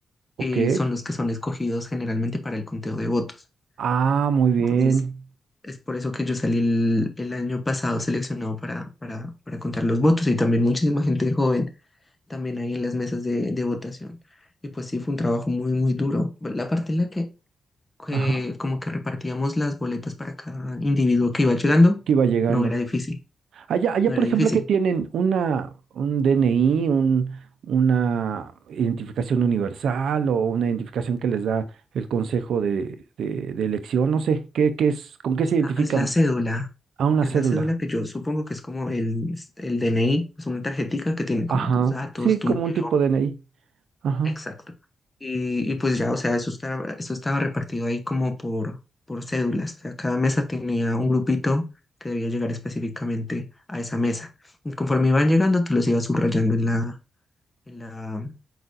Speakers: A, on the right (about 80°); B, on the left (about 20°).
A: ok.
B: eh, son los que son escogidos generalmente para el conteo de votos.
A: Ah, muy bien.
B: Entonces, es por eso que yo salí el, el año pasado seleccionado para, para, para contar los votos y también muchísima gente joven también ahí en las mesas de, de votación. Y pues sí, fue un trabajo muy, muy duro. La parte en la que, que
A: Ajá,
B: como que repartíamos las boletas para cada individuo que iba llegando,
A: aquí va llegando.
B: no era difícil,
A: Allá, allá,
B: no
A: por
B: era
A: ejemplo,
B: difícil.
A: que tienen una, un DNI, un, una identificación universal o una identificación que les da el consejo de, de, de elección, no sé, ¿qué, qué es, con qué
B: Es
A: se identifican?
B: la, es la cédula,
A: A una
B: es
A: cédula.
B: la cédula que yo supongo que es como el, el DNI, es una tarjetica que tiene como
A: Ajá.
B: tus datos,
A: Sí,
B: tu
A: como
B: número,
A: un tipo de DNI. Ajá.
B: Exacto. Y, y pues ya, o sea, eso estaba, eso estaba repartido ahí como por, por cédulas. O sea, cada mesa tenía un grupito que debía llegar específicamente a esa mesa. Y conforme iban llegando, tú los ibas subrayando en la, en la,